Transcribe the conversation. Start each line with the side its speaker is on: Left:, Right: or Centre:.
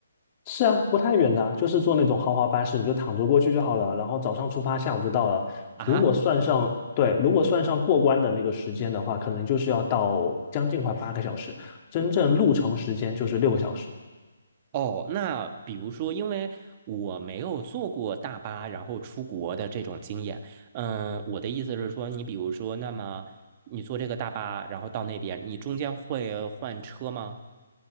Left: 是啊，不太远的啊就是坐那种豪华巴士，你就躺着过去就好了。然后早上出发，下午就到了。
Right: 啊，
Left: 如果算上，对，如果算上过关的那个时间的话，可能就是要到将近快八个小时，真正路程时间就是六个小时。
Right: 哦，那比如说，因为我没有坐过大巴，然后出国的这种经验，嗯，我的意思是说，你比如说，那么你坐这个大巴，然后到那边，你中间会换车吗？